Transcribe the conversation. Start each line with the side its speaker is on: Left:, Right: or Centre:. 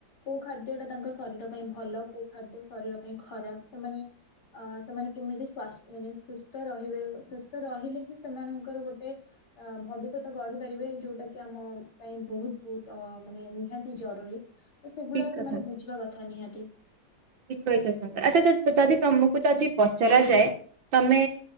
Left: କୋଉ ଖାଦ୍ୟ ଟା ତାଙ୍କ ଶରୀର ପାଇଁ ଭଲ କୋଉ ଖାଦ୍ୟ ଶରୀର ପାଇଁ ଖରାପ ସେମାନେ ଅ ସେମାନେ କେମିତିସ୍ ମାନେ ସୁସ୍ଥ ରହିବେ ସୁସ୍ଥ ରହିଲେ ହି ସେମାନଙ୍କର ଗୋଟେ ଅ ଭବିଷ୍ୟତ ଗଢି ପାରିବେ ଯୋଉଟା କି ଆମ ପାଇଁ ବହୁତ ବହୁତ ମାନେ ନିହାତି ଜରୁରୀ ତ ସେଗୁଡାକ
Right: ଠିକ
Left: ସେମାନେ
Right: କଥା କହି
Left: ବୁଝିବା କଥା ନିହାତି।
Right: ଠିକ କଛ ଆଚ୍ଛା ଦଦିମ ୁ ଯଦି ପଚରା ଯାଏ ତମେ